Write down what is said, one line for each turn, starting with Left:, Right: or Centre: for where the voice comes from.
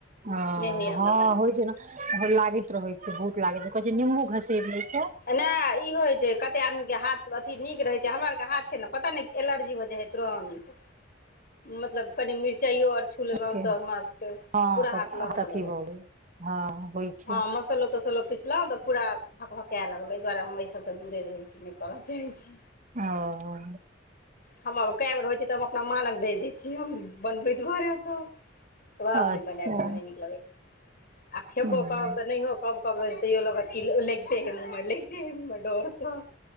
Right: ह
Left: नहि होइए हमरा
Right: हँ
Left: बनायल
Right: होइ छै न तहन लागैत रहै। छै बहुत लागै छै कहै छै निम्बू घसेर लै छै
Left: नहि ई होइ छै कते आदमी के हाथ अथि नीक। रहै छै हमरक हाथ छै न पता नहि। एलर्जी हो जाइ है तुरोंत मतलब कनि मिर्चाइयो ओर। छु लेलै
Right: के
Left: त हम सबके
Right: हँ
Left: पूरा
Right: त
Left: हाथ लहर
Right: अथी
Left: लगत
Right: हो गेल हँ होइ छै
Left: ह मसलो तसलो पिस। पिसलौ त पूरा भकभके लगल एहि दुआरे हम एहि सब से दुरे रहै छी। जाइ छी।
Right: ओ
Left: हम केए बेर होइ छै तऽ हम अपना मालग भेज दै छियै हम। बनबै दुआरे त आब
Right: अच्छा
Left: नै बनेब हमरा नहि निकलगया। आ खेबो
Right: ह
Left: करब तऽ नहियो कब-कब लगैत तैयो लागत कि लैगते है। लैगते है मुँह में डोर सँ।